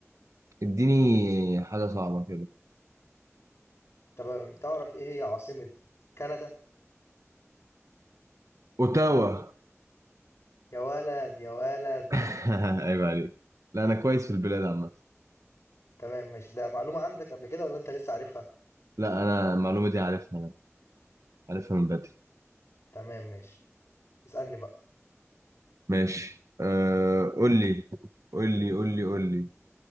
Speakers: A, on the right; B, on the left.
A: اديني حاجه صعبه كده
B: تمام تعرف ايه هي عاصمة كندا
A: اوتاوا
B: يا ولد يا ولد
A: <laughs> عيب عليك لا انا كويس في البلاد عامه
B: تمام ماشي ده معلومة عندك قبل كده ولا انت لسه عارفها
A: لا انا المعلومه دي عارفها انا عارفها من بدري
B: تمام ماشي اسألني بقى
A: ماشي آه قول لي قول لي قول لي قول لي